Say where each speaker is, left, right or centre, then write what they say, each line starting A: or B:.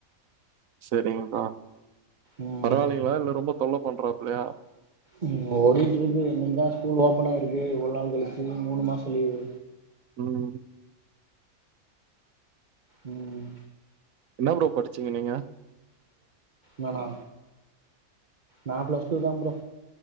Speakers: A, on the right (about 70°); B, on the right (about 35°).
A: செரிங் ப்ரோ
B: ம்
A: பரவால்லைங்களா இல்ல ரொம்ப தொல்ல பண்றாப்பலையா
B: ம் ஓடிட்ருக்கு இன்னைக் தா ஸ்கூல் ஓப்பனு ஆயிருக்கு இவ்ள நாள் கழிச்சி மூணு மாசோ லீவு
A: ம்
B: ம்
A: என்னா ப்ரோ படிச்சீங்க நீங்க
B: நானா நா பிளஸ் டூ தாம் ப்ரோ